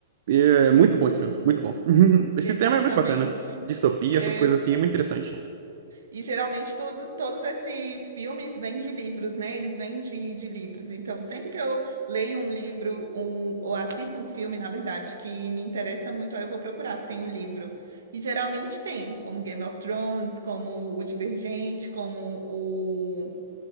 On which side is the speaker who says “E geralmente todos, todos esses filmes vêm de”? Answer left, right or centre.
Right